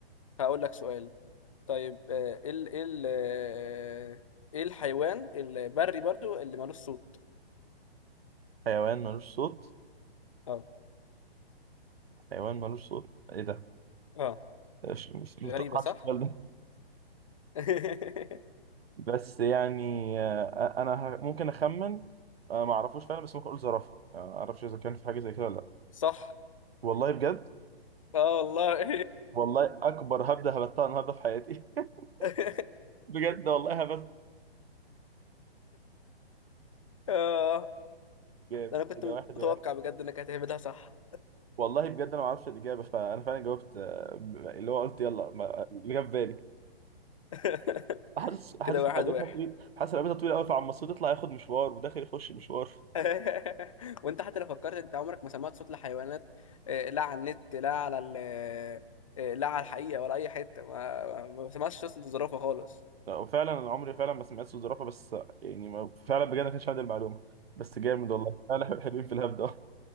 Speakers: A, on the left (about 30°); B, on the right (about 70°).
A: هقول لك سؤال طيب آه، ايه ال- ايه ال- آه، ايه الحيوان البري برضو اللي مالوش صوت
B: حيوان ملوش صوت
A: اه
B: حيوان ملوش صوت ايه ده
A: اه
B: مش مش- ما
A: غريبة
B: توقعتش
A: صح
B: السؤال ده
A: <laughs>
B: بس يعني آه، آه، انا ه- ممكن اخمن آه، ما اعرفوش فعلا بس ممكن اقول زرافه آه، ما اعرفش اذا كان في حاجه زي كده ولا لا
A: صح
B: والله بجد
A: اه والله
B: والله اكبر هبده هبتها النهارده في حياتي <laughs>
A: <laughs>
B: بجد والله هبت
A: اه
B: جامد
A: انا كنت
B: كده واحد
A: متوقع
B: واحد
A: بجد انك هتعملها صح
B: والله بجد انا ما اعرفش الاجابه فانا فعلا جاوبت آه، اللي هو قلت يلا ما- اللي جه في بالي
A: <laughs>
B: حاسس حاسس
A: كده واحد
B: إن رقبتها
A: واحد
B: طويل حاسس إن رقبتها طويل قوي فعمال تطلع ياخد مشوار وداخل يخش مشوار
A: <laughs> وانت حتى لو فكرت انت عمرك ما سمعت صوت لحيوانات آه، لا على النت لا على ال آه، لا على الحقيقة ولا اي حتة ما ما ما سمعتش صوت الزرافة خالص
B: لا وفعلا انا عمري فعلا ما سمعت صوت زرافه بس يعني ما فعلا بجد ما كانش عندي المعلومه بس جامد والله فعلا <laughs> حلوين في الهبده